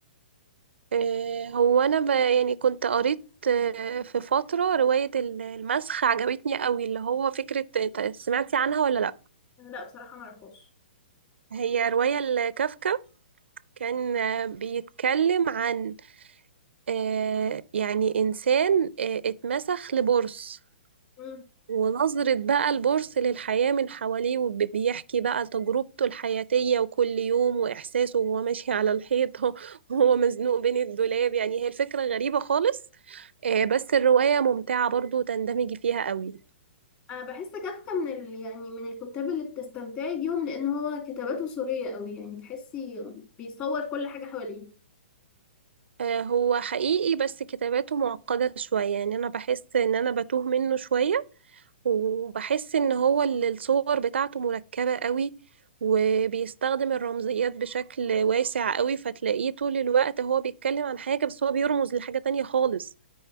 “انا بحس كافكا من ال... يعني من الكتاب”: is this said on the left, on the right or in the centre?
Left